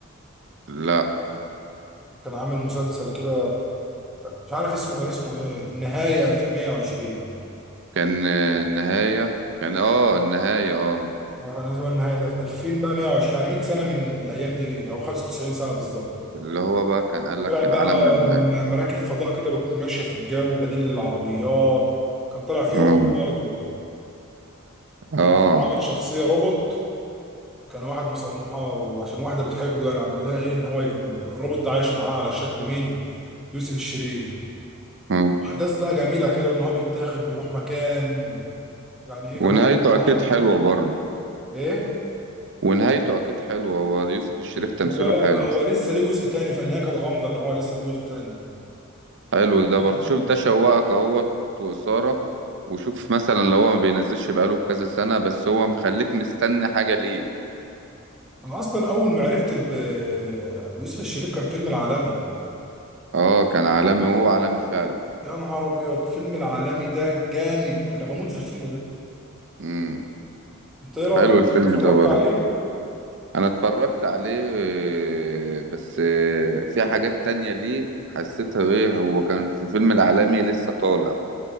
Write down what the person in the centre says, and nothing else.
كان عامل مسلسل كده مش عارف اسمه كان اسمه ايه النهاية 2120
عارف انا هو النهاية ده في 2000 بقى 120 يعني 100 سنة من من الايام دي او 95 سنة بالظبط
طلع
بقى
م-
مراكب فضاء كده بت- ماشية في الجو بديل للعربيات كان طلع فيه
روبوت برضه
وعامل شخصية روبوت كان واحد مصممها وعشان واحدة بتحبه يعني عامل لها ايه ان هو يكون الروبوت ده عايش معاها على شكل مين يوسف الشريف
احداث بقى جميلة كده وان هو بيتاخد بيروح مكان يعني ايه
كان
هو
ايه
هو لا
هو لسه ليه جزء تاني فالنهايه كانت غامضه ان هو لسه في جزء تاني
يعني
انا اصلا اول ما عرفت ب... بيوسف الشريف كان فيلم العالمي
يا نهار ابيض فيلم العالمي ده جامد انا بموت في الفيلم ده
انت ايه رايك
اتفرجت
عليه